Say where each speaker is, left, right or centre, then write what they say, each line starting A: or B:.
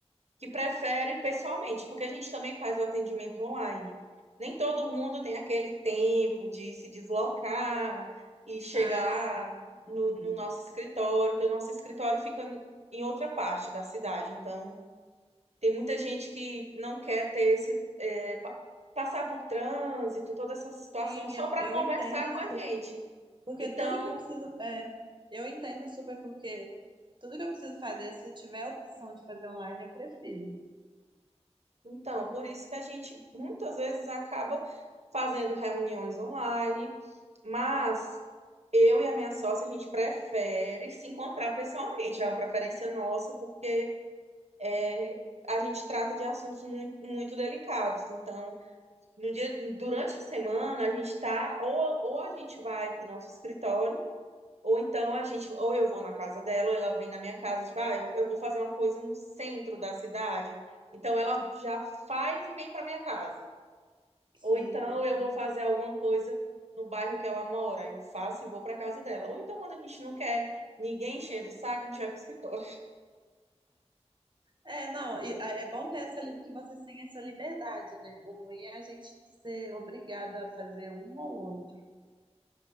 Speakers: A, on the right; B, on the right.
A: que prefere pessoalmente, porque a gente também faz o atendimento online. Nem todo mundo tem aquele tempo de se deslocar e chegar
B: Ah, sim. Uhum.
A: no, no nosso escritório, que o nosso escritório fica em outra parte da cidade. Então, tem muita gente que não quer ter esse, é, pa- passar por trânsito, toda essa situação,
B: Sim,
A: só
B: eu,
A: para
B: eu
A: conversar
B: entendo
A: com a
B: super.
A: gente.
B: Porque
A: Então,
B: tudo que eu preciso. É, eu entendo super, porque tudo que eu preciso fazer, se tiver a opção de fazer online, eu prefiro.
A: Então, por isso que a gente muitas vezes acaba fazendo reuniões online, mas eu e a minha sócia, a gente prefere se encontrar pessoalmente, é uma preferência nossa, porque é, a gente trata de assuntos muito, muito delicados. Então, no dia, durante a semana, a gente está, ou, ou a gente vai para o nosso escritório, ou então a gente, ou eu vou na casa dela, ou ela vem na minha casa, tipo, ah, eu, eu vou fazer uma coisa no centro da cidade. Então ela já faz e vem para minha casa.
B: Sim.
A: Ou então eu
B: Uhum.
A: vou fazer alguma coisa no bairro que ela mora, eu faço e vou para casa dela. Ou então quando a gente não quer ninguém enchendo o saco, a gente vai pro escritório. <laughs>
B: É, não, e, a- é bom ter essa, li- que você tenha essa liberdade, né? O ruim é a gente ser obrigado a fazer um ou outro.